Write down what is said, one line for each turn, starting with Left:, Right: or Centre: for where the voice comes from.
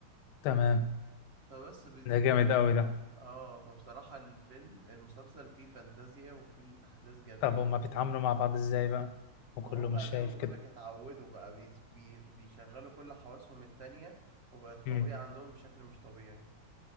Left: تمام
Right: فبس ب...
Left: ده جامد قوي ده
Right: اه فبصراحة الفيلم المسلسل فيه فانتازيا وفيه احداث جميلة
Left: طب هما بيتعاملوا مع بعض ازاي بقى وكله
Right: ما هو بقى
Left: مش
Right: زي
Left: شايف
Right: ما بقول
Left: كده
Right: لك اتعودوا بقى بيس- بي بيشغلوا كل حواسهم التانية وبقت قوية
Left: امم
Right: عندهم بشكل مش طبيعي